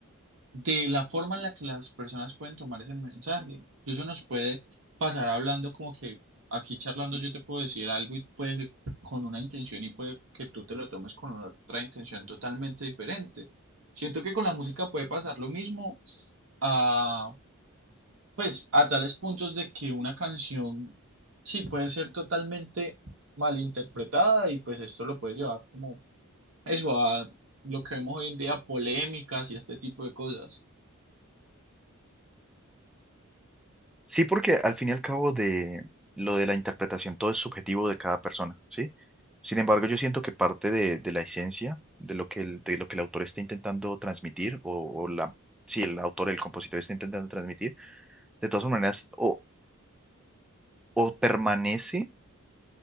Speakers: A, on the right; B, in the centre.
A: de la forma en la que las personas pueden tomar ese mensaje. Incluso nos puede pasar hablando como que aquí charlando yo te puedo decir algo y puede ser con una intención y puede que tú te lo tomes con una otra intención totalmente diferente. Siento que con la música puede pasar lo mismo a, pues, a tales puntos de que una canción sí puede ser totalmente malinterpretada y pues esto lo puede llevar como eso a lo que vemos hoy en día, polémicas y este tipo de cosas.
B: Sí, porque al fin y al cabo de lo de la interpretación, todo es subjetivo de cada persona, ¿sí? Sin embargo, yo siento que parte de, de la esencia de lo que el, de lo que el autor está intentando transmitir, o, o la, sí el autor, el compositor está intentando transmitir, de todas maneras, o, o permanece